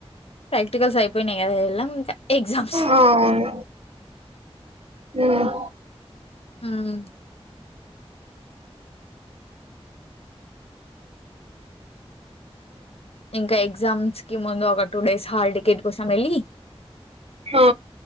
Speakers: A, on the left (about 70°); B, on the right (about 70°).
A: ప్రాక్టికల్స్ అయిపోయినాయి కదా ఎల్లం ఇంకా ఎగ్జామ్స్
B: ఆ అవును ఉమ్
A: ఉమ్ ఇంకా ఎగ్జామ్స్ కి ముందు ఒక టూ డేస్ హాల్ టికెట్ కోసం వెళ్ళి
B: ఆ